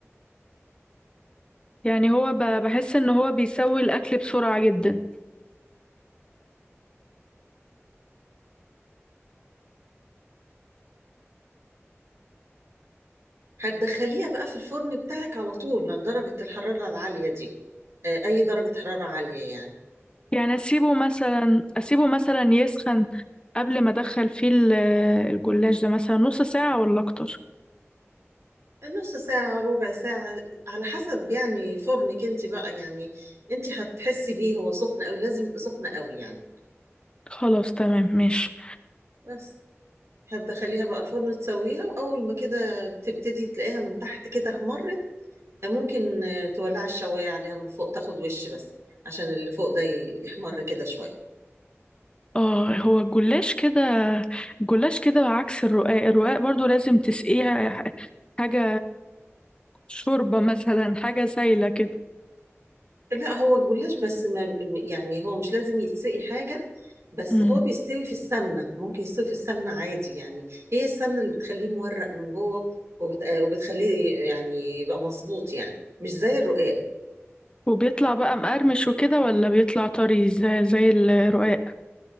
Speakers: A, on the left; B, on the right.
A: يعني هو ب- بحس ان هو بيسوي الاكل بسرعة جدا
B: هتدخليها بقى في الفرن بتاعك على طول لدرجه الحراره العاليه دي آه، اي درجه حراره عاليه يعني
A: يعني اسيبه مثلا اسيبه مثلا يسخن قبل ما ادخل فيه ال- الجلاش ده مثلا نص ساعة ولا اكتر
B: نص ساعة ربع ساعة على حسب يعني فرنك انت بقى يعني انت هتحسي بيه هو سخن قوي لازم يبقى سخن قوي يعني
A: خلاص تمام ماشي
B: بس هتدخليها بقى الفرن تسويها وأول ما كده تبتدي تلاقيها من تحت كده احمرت ممكن آه، تولعي الشواية عليها من فوق تاخد وش بس عشان اللي فوق ده ي- يحمر كده شوية
A: اه هو الجلاش كده الجلاش كده عكس الرقاق الرقاق برضو لازم تسقيها ح- حاجة شوربة مثلا حاجة سايلة كده
B: لا هو الجلاش بس ما يعني هو مش لازم يتسقي حاجة بس
A: مم.
B: هو بيستوي في السمنة ممكن يستوي في السمنة عادي يعني هي السمنة اللي بتخليه مورق من جوه وبت... آه، وبتخليه يعني يبقى مظبوط يعني مش زي الرقاق
A: وبيطلع بقى مقرمش وكده ولا بيطلع طري زي, زي الرقاق